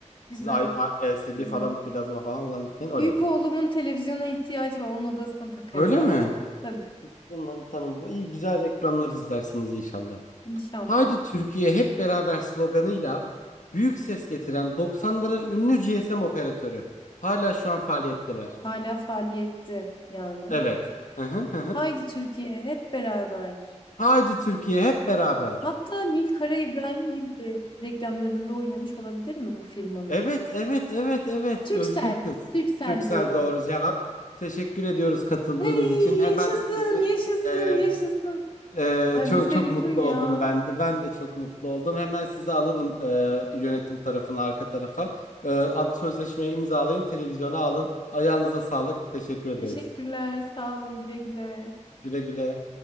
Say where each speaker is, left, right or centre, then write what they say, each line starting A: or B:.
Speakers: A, on the left (about 40°); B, on the left (about 80°).
A: Güzel,
B: Siz I- I- LCD
A: güzel.
B: falan plazma falan zannetmeyin OLED.
A: Büyük oğlumun televizyona ihtiyacı var. Onun odasına takarız
B: Öyle
A: artık.
B: mi?
A: Tabii,
B: Tamam tamam. Bu iyi güzel reklamlar izlersiniz inşallah.
A: İnşallah.
B: Haydi Türkiye hep beraber sloganıyla büyük ses getiren doksanların ünlü GSM operatörü. Hala şu an faaliyetteler.
A: Hala faaliyette yani.
B: Evet. Hı hı hı. hı.
A: Haydi Türkiye hep beraber.
B: Haydi Türkiye hep beraber.
A: Hatta Nil Kara İbrahimgil de reklamlarında oynamış olabilir mi bu firmanın?
B: Evet evet evet evet
A: Türksel,
B: Özgür kız.
A: Türksel
B: Türksel
A: diyorum.
B: doğru cevap. Teşekkür ediyoruz katıldığınız
A: Hey,
B: için. Hemen
A: yaşasın,
B: sizi
A: yaşasın,
B: e,
A: yaşasın.
B: Ee,
A: Ay
B: çok
A: bir sevindim
B: çok mutlu
A: ya.
B: oldum ben de. Ben de çok mutlu oldum. Hemen sizi alalım e, yönetim tarafına, arka tarafa. E, ant sözleşmeyi imzalayın, televizyona alın. Ayağınıza sağlık. Teşekkür ederiz.
A: Teşekkürler, sağ olun, güle güle.
B: Güle güle.